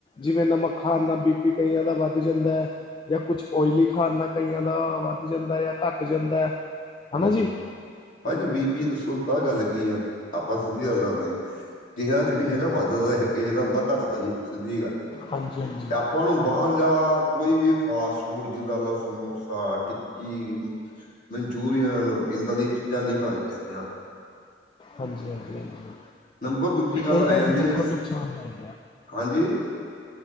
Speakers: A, on the left; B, on the left.
A: ਜਿਵੇਂ ਨਮਕ ਖਾ ਨਾਲ ਬੀ ਪੀ ਕਈਆਂ ਦਾ ਵੱਧ ਜਾਂਦਾ ਹੈ ਜਾਂ ਕੁਛ ਓਇਲੀ ਖਾਣ ਨਾਲ ਕਈਆਂ ਦਾ ਵੱਧ ਜਾਂਦਾ ਜਾਂ ਘੱਟ ਜਾਂਦਾ ਹਨਾ
B: ਹਾਂਜੀ।
A: ਜੀ
B: ਭਾਜੀ ਵੀ ਪੀ ਦੱਸੋ ਆ ਗੱਲ ਕੀ ਆ ਆਪਾਂ ਸਿੱਧੀ ਗੱਲ ਕਰਦੇ ਹਾਂ ਕਿਸੇ ਦਾ ਹੈਗਾ ਵੱਧਦਾ ਕਿਸੇ ਦਾ ਹੁੰਦਾ ਘੱਟਦਾ ਜੀ ਸਿੱਧੀ ਗੱਲ ਹੈ
A: ਹਾਂਜੀ ਹਾਂਜੀ
B: ਤੇ ਆਪਾਂ ਨੂੰ ਬਾਹਰ ਲਿਆ ਕੋਈ ਵੀ ਫਾਸਟ ਫੂਡ ਜਿਦਾ ਸਮੋਸਾ ਕੀ ਚੂਰ ਹੀਨਾਂ ਨੂੰ ਇੱਦਾਂ ਦੀਆਂ ਚੀਜ਼ਾਂ ਨਹੀਂ ਖਾਣੀ ਚਾਹੀਦੀਆਂ ਹਨ
A: ਹਾਂਜੀ-ਹਾਂਜੀ-ਹਾਂਜੀ,
B: ਨੰਬਰ ਦੂਜੀ ਗੱਲ
A: ਇਹ
B: ਆ
A: ਤਾਂ
B: ਜਾਂਦੀ
A: ਦੇਖੋ
B: ਹੈ
A: ਨੁਕਸਾਨਦਾ-
B: ਹਾਂਜੀ।